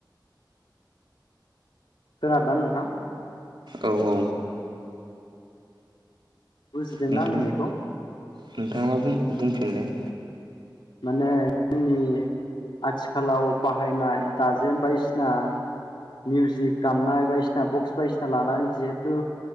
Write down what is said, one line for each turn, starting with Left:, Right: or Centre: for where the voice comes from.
Left: खोनारादोंना नोंथां
Right: औ औ
Left: बुजिदोंना
Right: नोंथां
Left: आं होननायखौ
Right: नोंथाङा मा बुं बुंफिनलाय
Left: माने जोंनि आथिखालाव बाहायनाय दाजेम बायदिसिना मिउजिक दामनाय बायदिसिना बक्स बायदिसिना लानानै जिहेथु